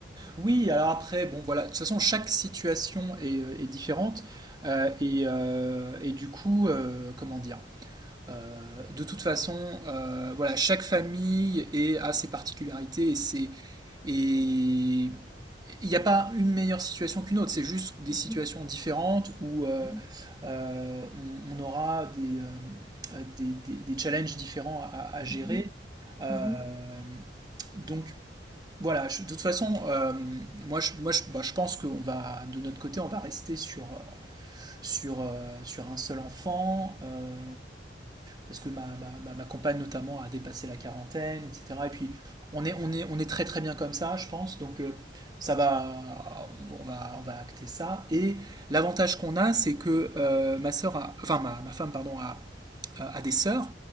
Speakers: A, on the right; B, in the centre.
A: Oui, alors après, bon voilà, de toute façon, chaque situation est, euh, est différente. euh, et, euh, et du coup, euh, comment dire? euh, de toute façon, euh, voilà, chaque famille est, a ses particularités et, ses- et il n'y a pas une meilleure situation qu'une autre, c'est juste des
B: Mhm.
A: situations différentes où euh,
B: Mhm,
A: euh, on, on aura des, euh, des, des- des challenges différents à, à gérer.
B: mhm,
A: Euh,
B: mhm.
A: donc voilà, je- de toute façon, euh, moi, je, moi je, bah, je pense qu'on va, de notre côté, on va rester sur, euh, sur, euh, sur un seul enfant. euh, parce que ma, ma, ma, compagne notamment a dépassé la quarantaine, etc. Et puis on est, on est, on est très très bien comme ça, je pense. Donc euh, ça va, on va, on va acter ça. Et l'avantage qu'on a, c'est que euh, ma sœur, a- enfin ma, ma femme, pardon, a, a- a des sœurs